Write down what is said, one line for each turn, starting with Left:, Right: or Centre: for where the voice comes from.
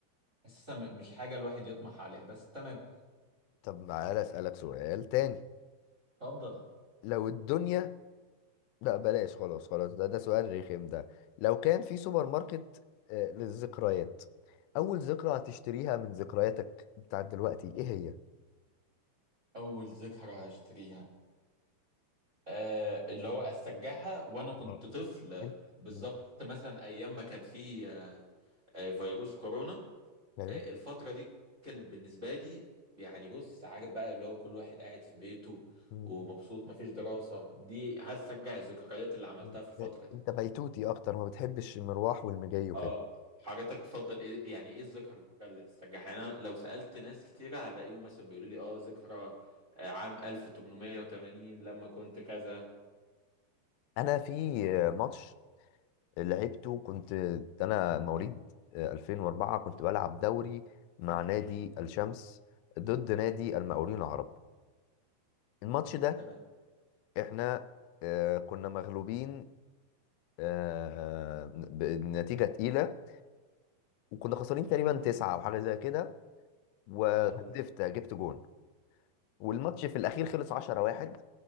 Right: حاسسها م- مش حاجه الواحد يطمح عليها بس تمام
Left: طب تعالى اسالك سؤال تاني
Right: اتفضل
Left: لو الدنيا لا بلاش خلاص خلاص ده ده سؤال رخم ده لو كان في سوبر ماركت آه، للذكريات اول ذكرى هتشتريها من ذكرياتك بتاعت دلوقتي ايه هي
Right: اول ذكرى هشتريها آه اللي هو أسجعها وأنا كنت
Left: آه،
Right: طفل آه،
Left: انت
Right: بالظبط
Left: م-
Right: مثلا أيام ما كان في آه آه فيروس كورونا
Left: ايوه
Right: آه الفترة دي كانت بالنسبة لي يعني بص عارف بقى اللي هو كل واحد قاعد في بيته
Left: م-
Right: ومبسوط مفيش دراسة دي هسجع الذكريات اللي عملتها
Left: م-
Right: في الفترة دي
Left: انت بيتوتي اكتر ما بتحبش المروح والمجاي وكده
Right: اه حضرتك تفضل ايه يعني ايه الذكرى اللي تسترجعها يعني انا لو سألت ناس كتيرة هلاقيهم مثلا بيقولوا لي اه ذكرى آه، عام 1880 لما كنت كذا
Left: انا في آه، ماتش لعبته كنت ده انا مواليد آه، 2004 كنت بلعب دوري مع نادي الشمس ضد نادي المقاولين العرب الماتش ده
Right: تمام
Left: احنا آه، كنا مغلوبين آه، بنتيجة تقيلة وكنا خسرانين تقريبا تسعة او حاجة زي كده وهدفت
Right: يا لهوي
Left: جبت جون والماتش في الاخير خلص 10 واحد